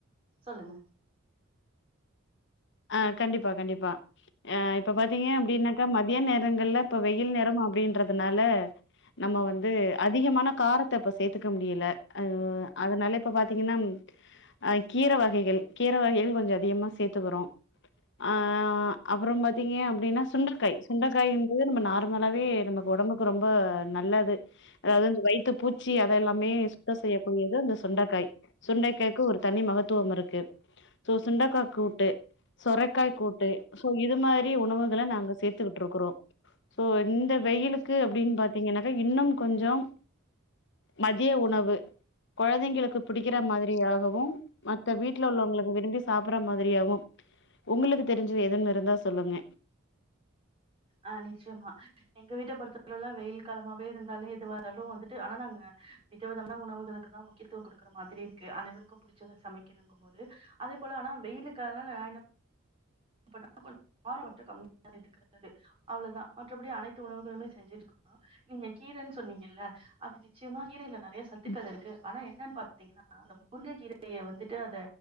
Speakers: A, on the right (about 25°); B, on the left (about 60°).
A: சொல்லுங்க
B: ஆ கண்டிப்பா கண்டிப்பா ஆ இப்ப பாத்திங்க அப்டின்னாக்கா மதிய நேரங்கள்ல இப்ப வெயில் நேரம் அப்டின்றதுனால நம்ம வந்து அதிகமான காரத்த இப்ப சேத்துக்க முடியல அ அதனால இப்ப பாத்திங்கன்னா அ கீர வகைகள் கீர வகைகள் கொஞ்ச அதிகமா சேத்துக்கறோ ஆ அ அப்பறம் பாத்திங்க அப்டின்னா சுண்டக்காய் சுண்டக்காய் என்பது நம்ப நார்மலாவே நமக் ஒடம்புக்கு ரொம்ப நல்ல து அதாவது இந்த வயித்து பூச்சி அத எல்லாமே சுத்த செய்யக்கூடியது அந்த சுண்டக்காய் சுண்டைக்காய்க்கு ஒரு தனி மகத்துவம் இருக்கு சோ சுண்டைக்கா கூட்டு சொரைக்காய் கூட்டு சோ இது மாரி உணவுகள நாங்க சேத்துக்கிட்டு இருக்கறோ சோ இந்த வெயிலுக்கு அப்டின் பாத்திங்கனாக்கா இன்னும் கொஞ்சம் மதிய உணவு கொழந்தைங்களுக்கு பிடிக்கிற மாதிரியாகவும் மத்த வீட்ல உள்ளவங்களுக்கு விரும்பி சாப்பற மாதிரியாகவும் உங்களுக்கு தெரிஞ்சது எதும் இருந்தா சொல்லுங்க
A: ஆ நிச்சயமா எங்க வீட்ட பொறுத்தளவுல வெயில் காலமாவே இருந்தாலு எதுவாருந்தாலு வந்துட்டு ஆனா நாங்க விதவிதமனா உணவுகளுக்குதா முக்கியத்துவ குடுக்குற மாதிரி இருக்கு அனைவருக்கும் பிடிச்சத சமைக்கணுங்கும் போது அதே போல ஆனா வெயிலுக்காக நா என்ன பண்ணுவ கார கொஞ்ச கம்மியா சேத்துக்கறது அவ்ளதா மற்றபடி அனைத்து உணவுகளுமே செஞ்சுக்குவோ நீங்க கீரைன்னு சொன்னிங்கல்ல அது நிச்சயமா கீரையில நறையா சத் துக்கள்
B: ம்.
A: இருக்கு ஆனா என்னன் பாத் திங்கனா அந்த முருங்க கீரைய வந்துட்டு அத